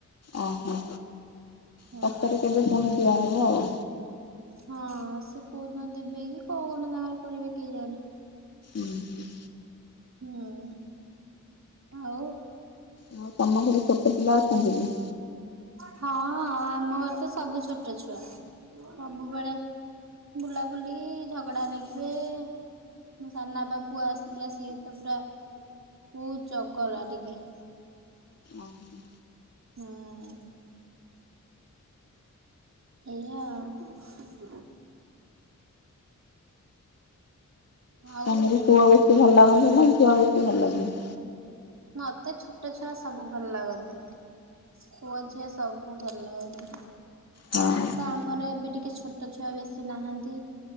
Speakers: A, on the left; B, on the right.
A: ଅ ହ
B: ହୁଁ।
A: ପଛରେ କେବେ ପୁଣି ଦିଆ ହବ ଆଉ।
B: ହଁ ସେ କୋଉଦିନ ଦେବେ କି କଣ ଗୋଟିଏ ତାଙ୍କର କରିବେ କେଜାଣି।
A: ଉଁ ହୁଁ
B: ହୁଁ ଆଉ
A: ଆଉ ତମ ଘରେ ଛୋଟ ପିଲା ଅଛନ୍ତି ନା?
B: ହଁ ଅ ଆମ ଘର ତ ସବୁ ଛୋଟ ଛୁଆ ସବୁବେଳେ ବୁଲାବୁଲି ଝଗଡା ଲାଗିବେ। ମୋ ସାନବାପା ପୁଅ ଆସିଥିଲା ସିଏ ତ ପୁରା ବହୁତ ଚଗଲା ଟିକେ
A: ଓହୋ
B: ହଁ ଏଇଆ ଆଉ। ଆଉ
A: ତମକୁ ପୁଅ ବେଶୀ ଭଲ ଲାଗନ୍ତି ନା ଝିଅ ବେଶୀ ଭଲ ଲାଗନ୍ତି?
B: ମତେ ଛୋଟ ଛୁଆ ସବୁ ଭଲ ଲାଗନ୍ତି। ପୁଅଝିଅ ସବୁ ଭଲ ଲାଗନ୍ତି।
A: ହଁ
B: ହେଲେ ଆମର ଏବେ ଟିକେ ଛୋଟ ଛୁଆ ବେଶୀ ନାହାନ୍ତି।